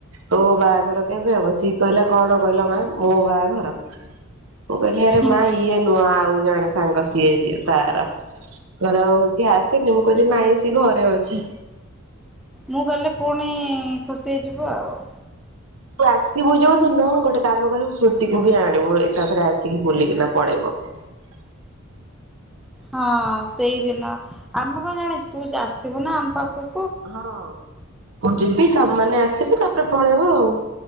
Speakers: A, on the right (about 80°); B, in the centre.
A: ତୋ ବାହାଘର କେବେ ହବ ସିଏ କହିଲା କଣ କହିଲ ମା ମୋ ବାହାଘର? ମୁଁ କହିଲି ଆରେ
B: ହୁଁ।
A: ମା ଇଏ ନୁହ ଆଉ। ଜଣେ ସାଙ୍ଗ ସିଏ ଯିଏ ତାର ଓହୋ ହଉ ସିଏ ଆସୁନି ମୁଁ କହି ଲି ନାଇଁ ସେ ଘରେ ଅଛି।
B: ମୁଁ ଗଲେ ପୁଣି ଖୁସି ହେଇଯିବୁ ଆଉ।
A: ତୁ ଆସିବୁ ଯୋଉ ତୁ ନୁହ ଗୋଟେ କାମ କରିବୁ ଶ୍ରୁତିକୁ ବି ଆଣିବୁ ଏକାଥରେ ଆସିକି ବୁଲିକିନା ପଳେଇବ। <unintelligible> <inaudible>
B: ହଁ ସେଇଦିନ ଆମେ କଣ ଜାଣିଛୁ ତୁ ଯା ଆସିବୁ ନା ଆମ ପାଖୁ
A: ହଁ ମୁଁ ଯିବି ତମ ମାନେ ଆସିବି ତାପରେ ପଳେଇବ ଆଉ।